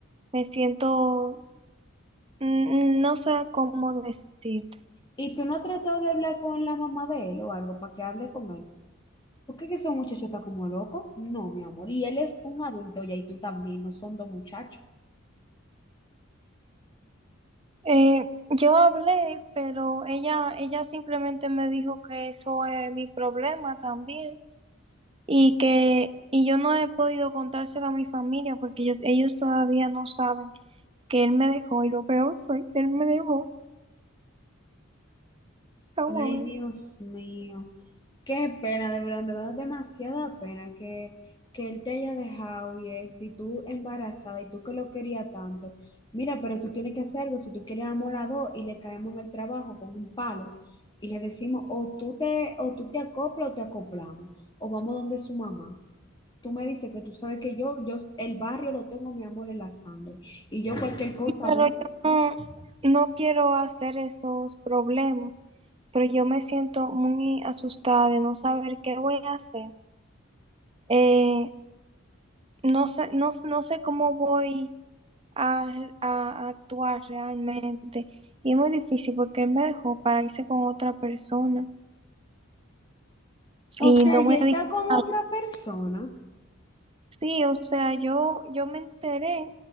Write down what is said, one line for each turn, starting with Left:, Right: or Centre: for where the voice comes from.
Right: Me siento, mm, no sé cómo decirte.
Left: ¿Y tú no has tratado de hablar con la mamá de él o algo para que hable con él? ¿Por qué que ese muchacho está como loco? No, mi amor. Y él es un adulto ya y tú también, no son dos muchachos.
Right: Eh, yo hablé, pero ella, ella simplemente me dijo que eso es mi problema también. Y que, y yo no he podido contárselo a mi familia porque ellos, ellos todavía no saben que él me dejó y lo peor fue que él me dejó a
Left: Ay,
Right: un momento.
Left: Dios mío. Qué pena, de verdad, me da demasiada pena que, que él te haya dejado y eso, y tú embarazada, y tú que lo querías tanto. Mira, pero tú tienes que hacer algo, si tú quieres amor a dos y le caemos en el trabajo con un palo y le decimos, o tú te, o tú te acoplas o te acoplamos, o vamos donde su mamá. Tú me dices que tú sabes que yo, yo, el barrio lo tengo, mi amor, en la sangre, y yo cualquier cosa
Right: Pero
Left: voy.
Right: yo no, no quiero hacer esos problemas, pero yo me siento muy asustada de no saber qué voy a hacer. Eh, no sé, no, no sé cómo voy a, a actuar realmente. Y es muy difícil porque él me dejó para irse con otra persona
Left: O
Right: y
Left: sea,
Right: no me
Left: y él
Right: dijo
Left: está con otra
Right: nada.
Left: persona.
Right: Sí, o sea, yo, yo me enteré